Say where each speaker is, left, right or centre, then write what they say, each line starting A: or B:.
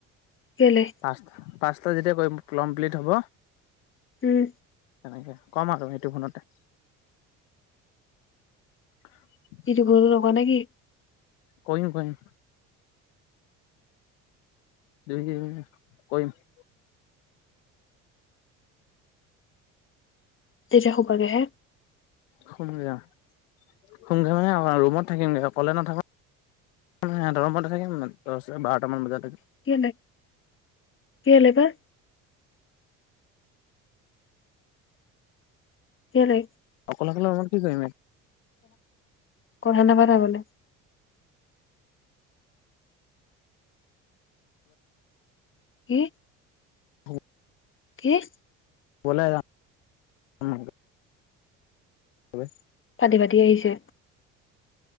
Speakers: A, on the left; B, on the left.
A: কেলে?
B: পাঁচ-পাঁচটা যেতিয়া কমপ্লিট হ'ব
A: উম
B: তেনেকে কম আৰু সেইটো ফোনতে। <inaudible>
A: ইটো ঘৰতো লগা নেকি?
B: কৰিম, কৰিম। <unintelligible> কৰিম।
A: তেতিয়া সুবগে হে।
B: সুম গে অ', সোম মানে ৰুমত থাকিমগৈ অকলে নাথাকো। সিহঁতৰ ৰুমতেই থাকিম দহ নে বাৰটা মান বজালে।
A: কেলে, কেলে বা? কেলে?
B: অকলে, অকলে ৰুমত কি কৰিম?
A: কথা নাপাতা মানে? কি?
B: <unintelligible>
A: কি?
B: <unintelligible> হয়।
A: ফাটি, ফাটি আহিছে।